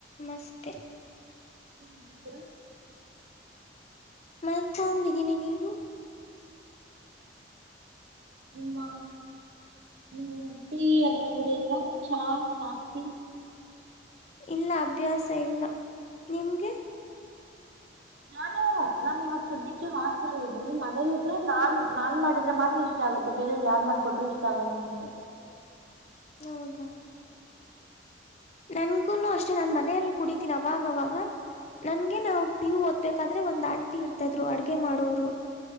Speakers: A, on the left; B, on the right.
A: ನಮಸ್ತೆೆ
B: ಏನ್ ಮಾಡತಿದರು <inaudible>
A: ಮಲ್ಕೊಂಡಿದ್ದೀನಿ ನೀವು
B: ನಿಮ್ಮ ಹ್ಮ್ ಟೀ ಅದೆಲ್ಲ ಕುಡಿಯಲ್ವಾ ಚಾ ಕಫಿ
A: ಇಲ್ಲ ಅಭ್ಯಾಸ ಇಲ್ಲ ನಿಮ್ಗೆ
B: ನಾನು ನಾನ ಇವಾಗ ಸದ್ಯಕ್ಕೆ ಹಾಸ್ಟೆಲ್ ಅಲ್ ಇದೀಿ ನಿಮ್ ಮನೇಲಿ ಇದ್ರೆ ನಾನ್ ನಾನ್ ಮಾಡಿದ್ರೆ ಮಾತ್ರ ಇಷ್ಟ ಆಗತ್ತೆ ಬೇರೆಯವ್ರರು ಯಾರ ಮಾಡ್ಕೊಟ್ರರು ಇಷ್ಟ ಆಗಲ್ಲ ನನ್ಗೆ
A: ಹೌದಾ ನನ್ಗುನು ಅಷ್ಟೇ ನನ್ ಮನೆಯಲ್ಲಿ ಕುಡಿತೀನಿ ಅವಾಗವಾಗ ನನ್ಗೆ ನಾವು ಪಿಯು ಓದ್ಬೇಕಾದ್ರೆ ಒಂದ್ ಆಂಟಿ ಇರ್ತಾ ಇದ್ರು ಅಡ್ಗೆ ಮಾಡೋರು